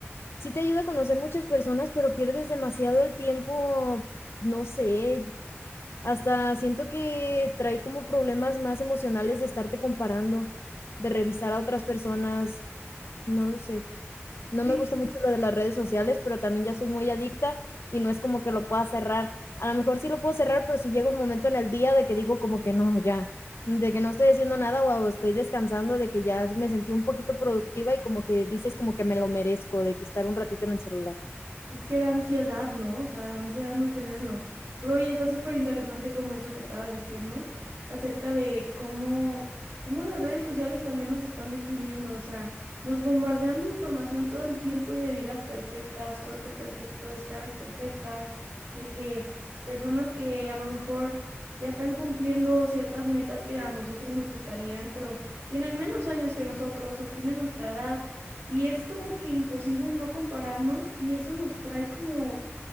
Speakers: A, on the left; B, on the right.
A: sí te ayuda a conocer muchas personas, pero pierdes demasiado el tiempo, no sé, hasta siento que trae como problemas más emocionales de estarte comparando, de revisar a otras personas, no lo sé. No
B: Sí,
A: me gusta mucho lo de las redes sociales, pero también ya soy muy adicta y no es como que lo pueda cerrar. A lo mejor sí lo puedo cerrar, pero si llega un momento en el día de que digo como que no, ya, de que no estoy haciendo nada o estoy descansando, de que ya me sentí un poquito productiva y como que dices como que me lo merezco, de que estar un ratito en el celular.
B: Es que da ansiedad, ¿no? O sea, da ansiedad no tenerlo. Pero oye, está súper interesante como eso que estabas diciendo acerca de cómo, cómo las redes sociales también nos están deprimiendo. O sea, nos bombardean de información todo el tiempo y de vidas perfectas, cuerpos perfectos, caras perfectas, de que personas que a lo mejor ya están cumpliendo ciertas metas que a nosotros nos gustarían, pero tienen menos años que nosotros o tienen nuestra edad y es como que imposible no compararnos y eso nos trae como,